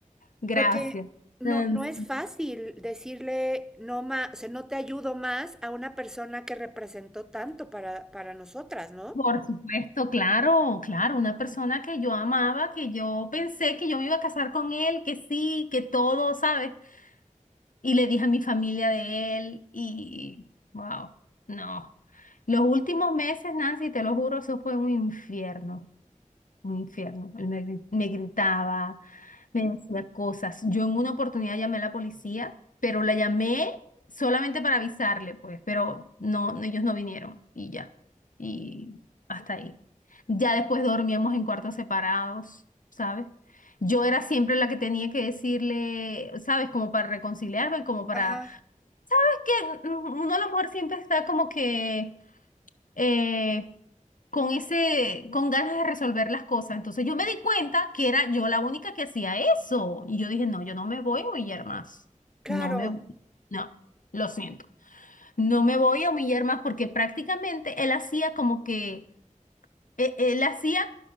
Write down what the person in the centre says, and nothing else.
Porque no,
no es fácil decirle no más, o sea, no te ayudo más a una persona que representó tanto para, para nosotras, ¿no?
Ajá,
claro.